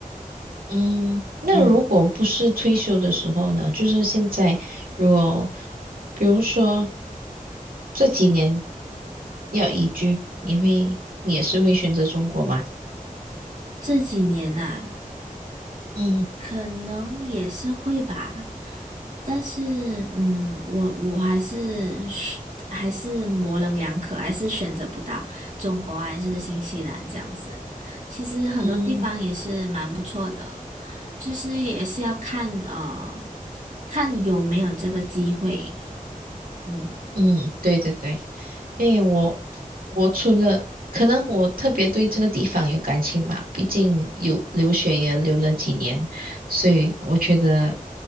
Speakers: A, on the right (about 80°); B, on the right (about 55°).
A: 嗯，那如果不是退休的时候呢？
B: 嗯，
A: 就是现在，如果比如说这几年要移居，你会你也是会选择中国吗？
B: 这几年呐，
A: 嗯。
B: 可能也是会吧。但是，嗯，我我还是还是模棱两可，还是选择不到中国还是新西兰这样子。其实很多地方也是蛮不错的，
A: 嗯
B: 就是也是要看呃看有没有这个机会。嗯，
A: 嗯，对对对，因为我我除了可能我特别对这个地方有感情嘛，毕竟有留学也留了几年，所以我觉得